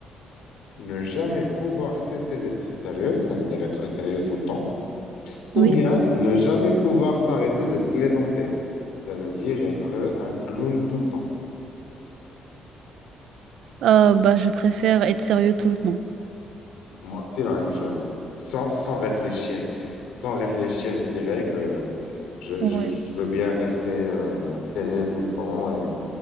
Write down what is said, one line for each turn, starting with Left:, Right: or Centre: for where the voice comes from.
Left: ne jamais pouvoir cesser d'être sérieux, ça veut dire être sérieux tout le temps, ou
Right: Oui.
Left: bien ne jamais pouvoir s'arrêter de plaisanter, ça veut dire être un clown tout le temps.
Right: Euh, bah, je préfère être sérieux tout le temps.
Left: Moi aussi, la même chose. Sans, sans réfléchir. Sans réfléchir, je dirais que je,
Right: Ouais.
Left: je, je veux bien rester euh, sérieux tout le temps et,